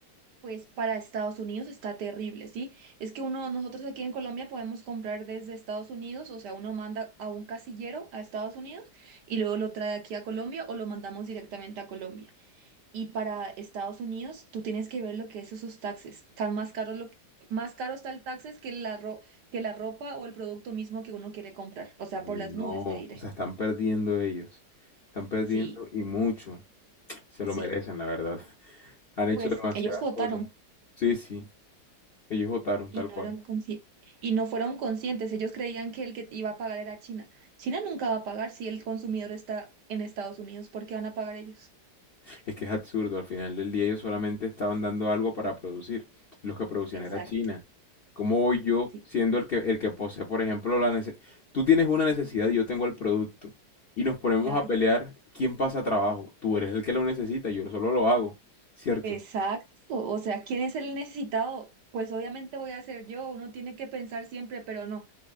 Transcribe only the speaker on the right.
Pues para Estados Unidos está terrible, ¿sí? Es que uno, nosotros aquí en Colombia podemos comprar desde Estados Unidos, o sea, uno manda a un casillero a Estados Unidos y luego lo trae aquí a Colombia o lo mandamos directamente a Colombia. Y para Estados Unidos, tú tienes que ver lo que es esos taxes. Están más caros lo que- más caro está el taxes que la ro- que la ropa o el producto mismo que uno quiere comprar. O sea,
por
las nubes, te diré.
Sí,
sí.
Pues
ellos votaron
y
no
eran consci- y no fueron conscientes. Ellos creían que el que iba a pagar era China. China nunca va a pagar si el consumidor está en Estados Unidos, ¿por qué van a pagar ellos?
Exacto,
sí,
claro.
Exacto, o sea, ¿quién es el necesitado? Pues obviamente voy a ser yo, uno tiene que pensar siempre, pero no.